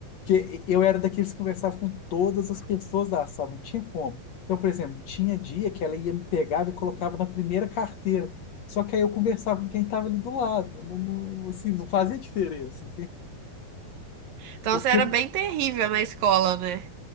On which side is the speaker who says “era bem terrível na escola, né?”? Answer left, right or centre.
Right